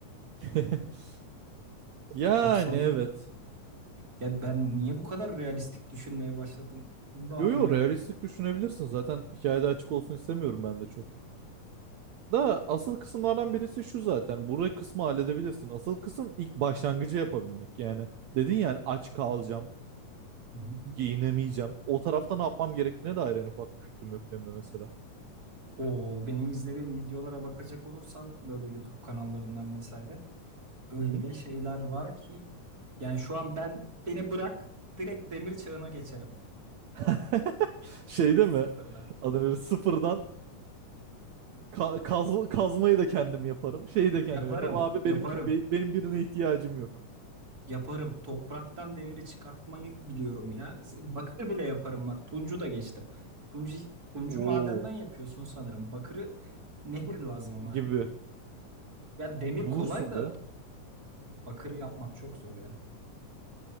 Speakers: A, on the right; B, on the right.
A: <laughs> Yani
B: Çok sonra
A: evet.
B: ya ben niye bu kadar realistik düşünmeye başladım bunu da anlayamadım.
A: Yo yo realistik düşünebilirsin. Zaten hikayede açık olsun istemiyorum ben de çok. Da asıl kısımlardan birisi şu zaten. Burayı kısmı halledebilirsin. Asıl kısım ilk başlangıcı yapabilmek. Yani dedin yani aç kalacağım,
B: Hı hı.
A: giyinemeyeceğim. O tarafta ne yapmam gerektiğine dair en ufak bir fikrim yok benim de mesela.
B: O benim izlediğim videolara bakacak olursan böyle YouTube kanallarından vesaire öyle
A: Hı hı.
B: şeyler var ki yani şu an ben beni bırak direkt demir çağına geçerim.
A: <laughs> Şeyde
B: Sıfırdan.
A: mi? Adını sıfırdan ka- kaz- kazmayı da kendim yaparım. Şeyi de kendim
B: Yaparım,
A: yaparım. Abi
B: yaparım,
A: benimki be- benim birine ihtiyacım yok.
B: yaparım. Topraktan demiri çıkartmayı biliyorum ya. Bakır bile yaparım bak. Tuncu da geçtim. Tuncu, tuncu
A: Oo
B: madenden yapıyorsun sanırım. Bakırı nehir lazım ama.
A: gibi.
B: Ya demir
A: Bulursun
B: kolay da
A: be.
B: bakırı yapmak çok zor ya.